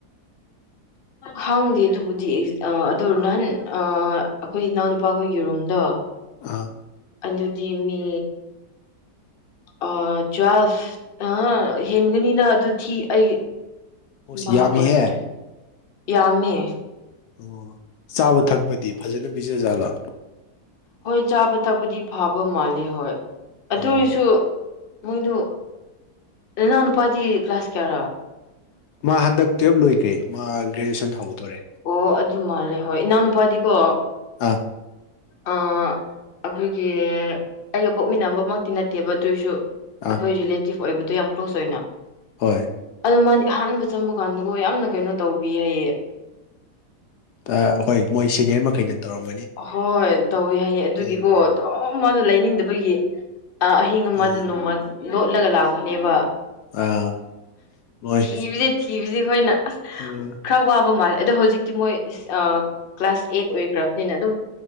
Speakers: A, on the left; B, on the left.
A: <inaudible>
B: ꯈꯪꯗꯦ ꯑꯗꯨꯕꯨꯗꯤ ꯑ ꯑꯗꯨ ꯅꯍꯥꯟ ꯑꯥ ꯑꯈꯣꯏ ꯏꯅꯥꯎꯅꯨꯄꯥ ꯈꯣꯏꯒꯤ ꯔꯨꯝꯗꯣ
A: ꯑꯥ
B: ꯑꯗꯨꯗꯤ ꯃꯤ ꯑꯥ ꯇ꯭ꯋꯦꯜꯐ ꯑꯥꯍꯥ ꯍꯦꯟꯒꯅꯤꯅ ꯑꯗꯨ ꯊꯤ ꯑꯩ
A: ꯑꯣ ꯁꯤ
B: ꯚꯥꯞ
A: ꯌꯥꯝꯃꯤꯍꯦ
B: ꯑꯣꯏꯍꯧꯗ꯭ꯔꯦ ꯌꯥꯝꯃꯦ
A: ꯑꯣ ꯆꯥꯕ ꯊꯛꯄꯗꯤ ꯐꯖꯅ ꯄꯤꯖ ꯖꯥꯠꯂꯣ
B: ꯍꯣꯏ ꯆꯥꯕ ꯊꯛꯄꯗꯤ ꯐꯥꯕ ꯃꯥꯜꯂꯦ ꯍꯣꯏ ꯑꯗꯨ
A: ꯑꯣ
B: ꯑꯣꯏꯁꯨ ꯃꯣꯏꯗꯨ ꯅꯅꯥꯎꯅꯨꯄꯥꯗꯤ ꯀ꯭ꯂꯥꯁ ꯀꯌꯥ ꯔꯥ
A: ꯃꯥ ꯍꯟꯗꯛ ꯇꯨꯋꯦ꯭ꯕ ꯂꯣꯏꯒ꯭ꯔꯦ ꯃꯥ ꯒ꯭ꯔꯦꯖꯨꯑꯦꯁꯟ ꯍꯧꯗꯣꯔꯦ
B: ꯑꯣ ꯑꯗꯨ ꯃꯥꯜꯂꯦ ꯍꯣꯏ ꯏꯅꯥꯎꯅꯨꯄꯥꯗꯤ ꯀꯣ
A: ꯑꯥ
B: ꯑꯥ ꯑꯥꯈꯣꯏꯒꯤ ꯑꯩꯒ ꯄꯣꯛꯃꯤꯟꯅꯕꯃꯛꯇꯤ ꯅꯠꯇꯦꯕ ꯑꯗꯨꯏꯁꯨ
A: ꯑꯥ
B: ꯑꯈꯣꯏ ꯔꯤꯂꯦꯇꯤꯞ ꯑꯣꯏꯕꯗꯣ ꯌꯥꯝ ꯀ꯭ꯂꯣꯁ ꯑꯣꯏꯅ
A: ꯍꯣꯏ
B: ꯑꯗꯣ ꯃꯥꯗꯤ ꯑꯍꯥꯟꯕ ꯆꯪꯕ ꯀꯥꯟꯗꯒꯣ ꯌꯥꯝꯅ ꯀꯩꯅꯣ ꯇꯧꯕꯤ ꯍꯥꯏꯌꯦ
A: ꯑꯥ ꯍꯣꯏ ꯃꯣꯏ ꯁꯦꯅꯤꯌꯔ ꯃꯈꯩꯅ ꯇꯧꯔꯝꯒꯅꯤ
B: ꯍꯣꯏ ꯇꯧꯋꯤ ꯍꯥꯏꯌꯦ ꯑꯗꯨꯒꯤꯀꯣ
A: ꯎꯝ
B: ꯑꯗꯨꯝ ꯃꯥꯅ ꯂꯩꯅꯤꯡꯗꯕꯒꯤ ꯑꯥ ꯑꯥꯍꯤꯡ ꯑꯃꯗ
A: ꯎꯝ
B: ꯅꯣꯡꯃ ꯂꯣꯠꯂꯒ ꯂꯥꯛꯄꯅꯦꯕ
A: ꯑꯥ ꯃꯣꯏ
B: ꯊꯤꯕꯖꯤ ꯊꯤꯕꯖꯤ ꯑꯈꯣꯏꯅ ꯑꯁ
A: ꯎꯝ
B: ꯈꯔ ꯋꯥ ꯐꯥꯕ ꯃꯥꯜꯂꯦ ꯑꯗꯣ ꯍꯧꯖꯤꯛꯇꯤ ꯃꯣꯏ ꯀ꯭ꯂꯥꯁ ꯑꯦꯠ ꯑꯣꯏꯈ꯭ꯔꯕꯅꯤꯅ ꯗꯨꯝ